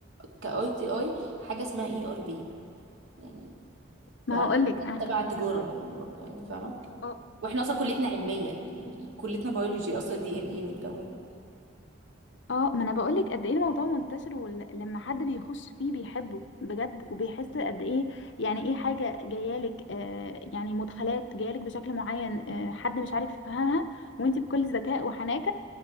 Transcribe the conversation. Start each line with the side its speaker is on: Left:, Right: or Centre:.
Right: كاي تي اي حاجه اسمها اي ار بي يعني
Left: ما
Right: فراحت
Left: هقول لك انا
Right: تبع
Left: هفهمك
Right: تجاره
Left: برضه
Right: يعني برضو يعني فاهمه
Left: اه
Right: واحنا اصلا كليتنا علميه يعني كليتنا بيولوجي اصلا دي ان اي والجو
Left: اه ما انا بقولك قد ايه الموضوع منتشر ولما حد بيخش فيه بيحبه بجد وبيحس قد ايه يعني ايه حاجة جايالك آه يعني مدخلات جايالك بشكل معين آه حد مش عارف يفهمها وانت بكل ذكاء وحنان